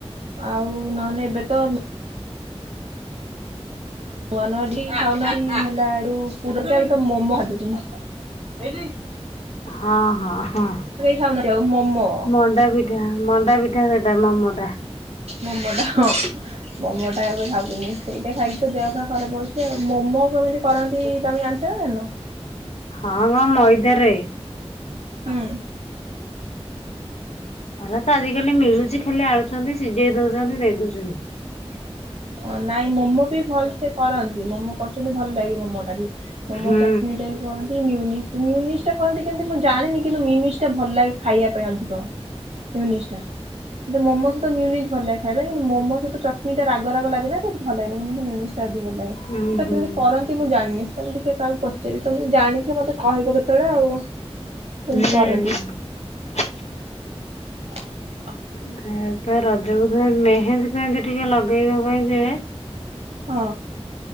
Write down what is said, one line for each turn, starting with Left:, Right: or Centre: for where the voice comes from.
Right: ଆଉ ନହଲେ ଏବେ ତ ନୁଆ ନୁଆଡି ଖାଉନା ହେଲା ଏ ପୁର ମୋମ ହ ଦୁ ହେଇଟି
Left: ହଁ ହଁ ହଁ
Right: ଖାଉନାହାନ୍ତି ଆଉ ମୋମୋ
Left: ମଣ୍ଡା ପିଠା ମଣ୍ଡା ପିଠା ସେଟା ମମୋ ବା
Right: ମୋମୋ ଟା ହଁ ମୋମୋ ଟା ଏବେ ଖାଉଛନ୍ତି ସେଇଟା ଖାଇକି ତ ଦେହ ଖା ଖରାପ ହଉଛି ଆଉ ମୋମୋ କେମିତି କରନ୍ତି ତମେ ଜାଣିଛ ନା ଜାଣିନ
Left: ହଁ ହଁ ମଇଦାରେ
Right: ହୁଁ।
Left: ଆରେ ତ ଆଜିକାଲି ମିଳୁଛି ଖାଲି ଆନୁଛନ୍ତି ସିଝେଇ ଦଉଚନ୍ତି ଦେଇ ଦଉଚନ୍ତି।
Right: ଅ ନାଇଁ ମୋମୋ ବି ଭଲସେ କରନ୍ତି ମୋମୋ <unintelligible> ଭଲ ଲାଗିବ ମୋ ମୋଟା ବି ମୋମୋ
Left: ହୁଁ।
Right: ଚଟଣିୀ ଟା ବି କହନ୍ତି ମିଉନି ମି ମିୟୁନିଜ ତ କେମିତି କରନ୍ତି ମୁଁ ଜାଣିନି କିନ୍ତୁି ଭଲ ଲେ ଖାଇବା ପାଇଁ ଅଧିକ ମିୟୁନିଜ୍ ଟା ମୋମୋ ସହିତ ମିୟୁନିଜ ଟା କିନ୍ତୁ ମୋମୋ ସହିତ ଚଟନି ଟା ରାଗ ରାାଗେ ନାତ ଭଲନ ମୁଁ ଭଲ ଲାଗେ ସେଟା
Left: ଉଁ ହୁଁ।
Right: କେମିତି କରନ୍ତି ମୁଁ ଜାଣିନି ତମ ଟିକେ କାହାକୁ ପଚାରି ତମେ ଜଣିଥିବ ମୋତେ କହିବ କେତେବେଳେ ଆଉ।
Left: ହୁଁ।
Right: କେମିତି କରନ୍ତି <inaudible>
Left: <unintelligible> ପେ ଏବେ ର ଯୋ ମେହେନ୍ଦୀ ଫେହେନ୍ଦୀ ଟିକେ ଲଗେଇବା ପାଇଁ ଯାଏ
Right: ହଁ